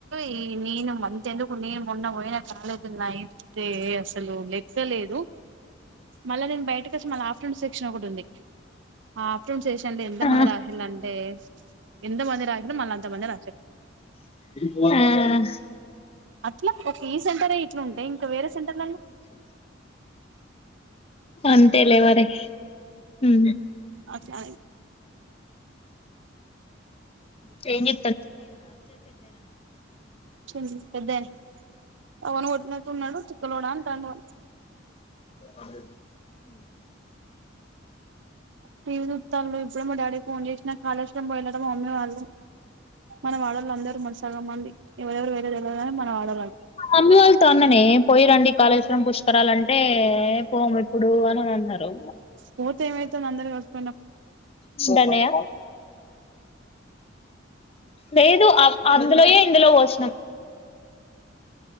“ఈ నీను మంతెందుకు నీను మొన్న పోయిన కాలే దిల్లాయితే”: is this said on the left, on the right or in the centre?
Right